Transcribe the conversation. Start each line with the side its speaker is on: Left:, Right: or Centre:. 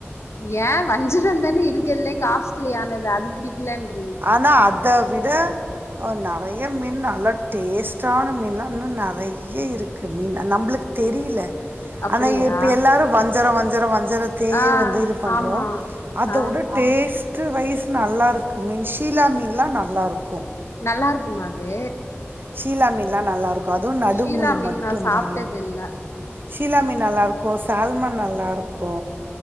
Left: ஏ வஞ்சிரந்தானே இருக்கர்லே காஸ்ட்லியானது அது பிடிக்கலேன்றி
Right: ஆனா அத விட அ நறைய மீன் நல்லா டேஸ்ட்டான மீன்லா இன்னு நெறைய இருக் க்கு மீன் நம்ப்ளுக் தெரியில
Left: அப்படியா
Right: ஆனா இப்ப எல்லாரு வஞ்சர வஞ்சர வஞ்சரத் தே
Left: ஆ
Right: வந்து இது பண்றோ
Left: ஆமா
Right: அத
Left: ஆ
Right: உட டேஸ் டு வஸ் நல்லாருக்கு மீன் ஷீலா மீன்லா நல்லாருக்கு
Left: நல்லாருக்குமா அது
Right: ஷீலா மீன்லா நல்லாருக்கு அதுவு நடுமுள்ளு
Left: ஷீலா மீன்
Right: மட்டுந்தா
Left: நா சாப்ட்டது இல்ல
Right: ஷீலாமீன் நல்லாருக்கு சால்மன் நல்லாருக்கு